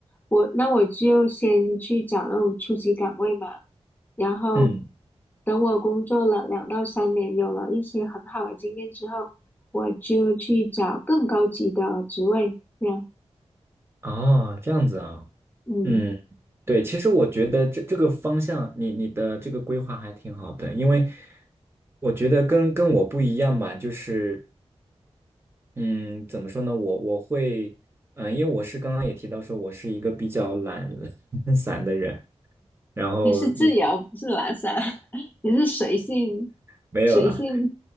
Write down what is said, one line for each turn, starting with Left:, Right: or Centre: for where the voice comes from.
Left: 我那我就先去找那种初级岗位嘛，然后
Right: 嗯，
Left: 等我工作了两到三年，有了一些很好的经验之后，我就去找更高级的职位，这样，
Right: 哦，这样子啊，
Left: 嗯。
Right: 嗯，对，其实我觉得这这个方向，你你的这个规划还挺好的，因为我觉得跟跟我不一样吧，就是。嗯，怎么说呢？我我会，嗯、因为我是刚刚也提到说，我是一个比较懒 <laughs> 散的人，然后也
Left: 你是自由，不是拉萨，<laughs> 你是随性，
Right: 没有啦，
Left: 随性。